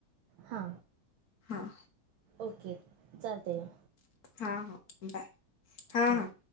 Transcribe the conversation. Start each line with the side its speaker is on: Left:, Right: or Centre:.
Right: हा
Left: हां,
Right: ओके चालतय घ्या.
Left: हा हा बाय हा
Right: हां
Left: हा.